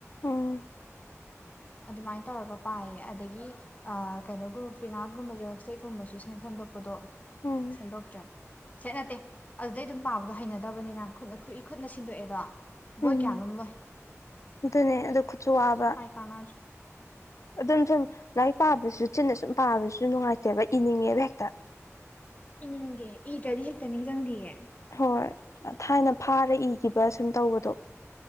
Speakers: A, on the left; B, on the left.
A: ꯎꯝ
B: ꯑꯗꯨꯃꯥꯏ ꯇꯧꯔꯒ ꯄꯥꯏꯌꯦ ꯑꯗꯒꯤ ꯑ ꯀꯩꯅꯣꯒꯨꯝ ꯄꯤꯅꯥꯠꯒꯨꯝꯕꯖꯤꯔꯣ ꯆꯩꯒꯨꯝꯕꯁꯨ ꯁꯦꯝ ꯁꯦꯝꯗꯣꯛꯄꯗꯣ
A: ꯎꯝ
B: ꯁꯦꯝꯗꯣꯛꯇ꯭ꯔꯦ ꯁꯦꯠ ꯅꯠꯇꯦ ꯑꯗꯨꯗꯩ ꯑꯗꯨꯝ ꯄꯥꯕꯗꯣ ꯍꯩꯅꯗꯕꯅꯤꯅ ꯈꯨꯠꯅ ꯈꯨꯠꯏ ꯈꯨꯠꯅ ꯁꯤꯟꯗꯣꯛꯑꯦꯗꯣ ꯕꯣꯏ
A: ꯎꯝ
B: ꯀꯌꯥꯅꯣꯝ ꯂꯣꯏ
A: ꯑꯗꯨꯅꯦ ꯑꯗꯨ ꯈꯨꯠꯁꯨ ꯋꯥꯕ
B: ꯀꯅꯥꯗ꯭ꯔꯦ
A: ꯑꯗꯨꯝ ꯁꯨꯝ ꯂꯥꯏꯔꯤꯛ ꯄꯥꯕꯁꯨ ꯆꯤꯟꯅ ꯁꯨꯝ ꯄꯥꯕꯁꯨ ꯅꯨꯡꯉꯥꯏꯇꯦꯕ ꯏꯅꯤꯡꯉꯦꯕ ꯍꯦꯛꯇ
B: ꯏꯅꯤꯡꯒꯦ ꯏꯗ꯭ꯔꯗꯤ ꯍꯦꯛꯇ ꯅꯤꯡ ꯆꯪꯗꯤꯒꯦ
A: ꯍꯣꯏ ꯊꯥꯏꯅ ꯐꯥꯔ ꯏꯈꯤꯕ ꯁꯨꯝ ꯇꯧꯕꯗꯣ